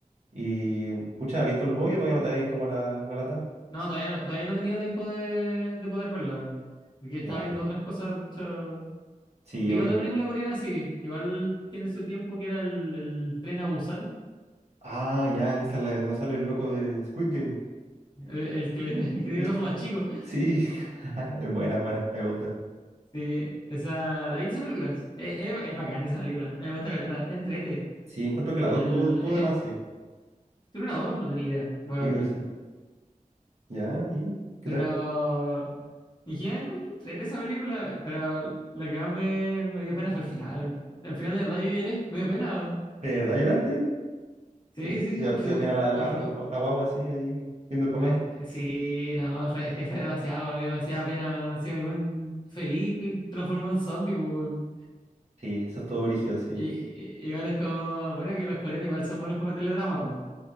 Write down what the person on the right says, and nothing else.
Y, pucha, ¿has visto el boy o todavía no te da como la, la lata?
Ya.
Sí,
obvio.
Ah, ya, esa es la donde sale el loco de Squid Game.
El...
que-
Sí, <laughs> es buena, buena, me gusta.
Sí, encuentro que la
dos tuvo, tuvo
de más, sí.
Sí,
creo que sí. ¿Ya? ¿Y qué
tal?
¿De verdad lloraste?
¿Te, te
te dio pena la, la,
la, la guagua así, ahí, viendo el papá?
Sí, eso es todo brígido, sí.